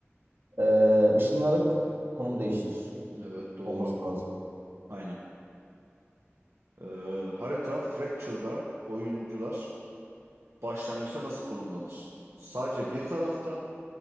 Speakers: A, on the right; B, on the right.
A: Ee, ışınlanarak konum değiştir
B: Evet doğru.
A: olması lazım.
B: Aynen. Ee, harita Fracture'da oyuncular başlangıçta nasıl konumlanır? Sadece bir tarafta,